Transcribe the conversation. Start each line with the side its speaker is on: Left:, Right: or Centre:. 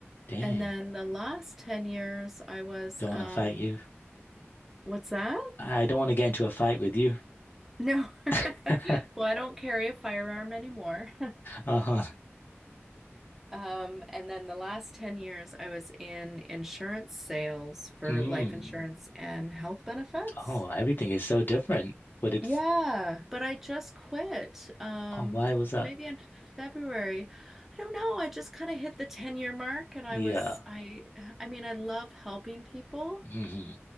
Left: dang.
Centre: And then the last 10 years, I was,
Left: Don't want
Centre: um,
Left: to fight you.
Centre: what's that?
Left: I don't want to get into a fight with you.
Centre: No. <laughs>
Left: <laughs>
Centre: Well, I don't carry a firearm anymore. <laughs>
Left: Uh-huh.
Centre: Um, and then the last 10 years, I was in insurance sales for
Left: Mm.
Centre: life insurance and health benefits.
Left: Oh, everything is so different. But it's,
Centre: Yeah, but I just quit. Um,
Left: oh, why was that?
Centre: maybe in February. I don't know. I just kind of hit the 10 year mark and
Left: Yeah.
Centre: I was I I mean, I love helping people.
Left: hmm